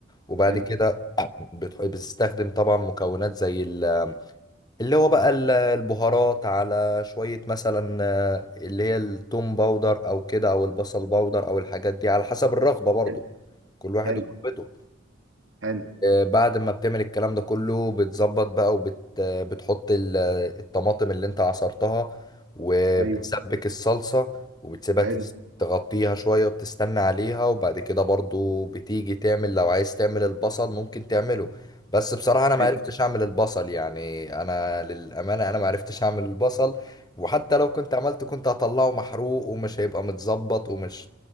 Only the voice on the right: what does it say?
حلو
حلو
حلو
حلو
ايوه
حلو
حلو